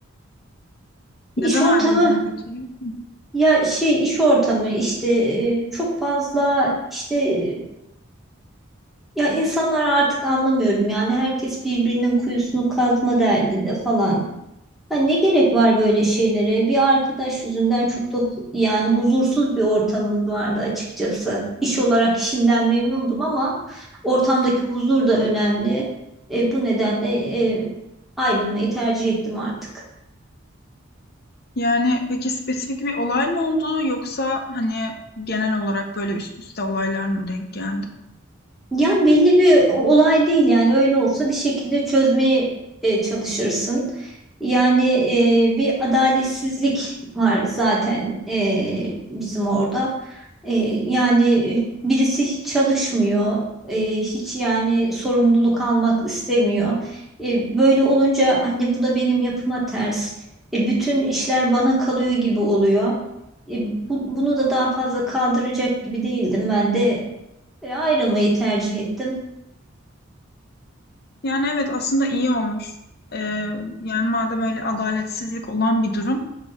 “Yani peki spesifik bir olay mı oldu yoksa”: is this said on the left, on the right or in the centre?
Left